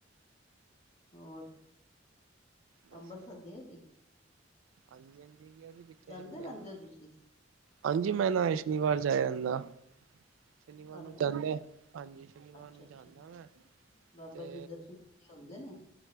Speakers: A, on the left (about 35°); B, on the right (about 85°).
A: ਹੋਔਰ
B: ਬਸ
A: ਅੰਮ੍ਰਿਤਸਰ ਗਏ ਜੀ
B: ਹਾਂਜੀ ਹਾਂ ਸੀ
A: ਜਾਂਦੇ ਰਹਿੰਦੇ ਹੋ ਤੁਸੀਂ
B: ਹਾਂਜੀ ਮੈਂ ਨਾਰਿਸ਼ਨੀਿਵਾ ਜੈ ਅੰਦਾ ਸ਼ਨੀਵਾਰ ਨੂੰ
A: ਜਾਂਦੇ
B: ਜਾਂਦਾ
A: ਹੋ
B: ਹਾਂਜੀ ਸ਼ਨੀਵਾਰ
A: ਅੱਛਾ
B: ਨੂੰ
A: ਅੱਛਾ
B: ਜਾਂਦਾ ਮੈਂ
A: ਬਾਬਾ
B: ਤੇ
A: ਜੀ ਦੇ ਦਰਸ਼ਨ ਵਧੀਆ ਹੁੰਦੇ ਨੇ